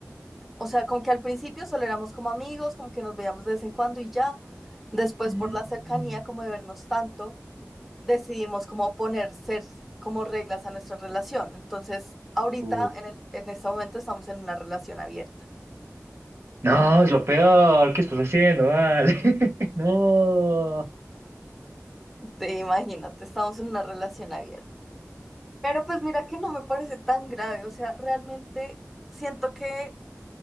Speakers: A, in the centre; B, on the right.
A: O sea, como que al principio solo éramos como amigos, como que nos veíamos de vez en cuando y ya. Después,
B: Mm.
A: por la cercanía, como de vernos tanto, decidimos como poner ser como reglas a nuestra relación. Entonces, ahorita,
B: Uh.
A: en el, en este momento, estamos en una relación abierta.
B: No, es lo peor. ¿Qué estás haciendo? Vale. <laughs> No.
A: Te imagínate, estamos en una relación abierta. Pero pues mira que no me parece tan grave. O sea, realmente siento que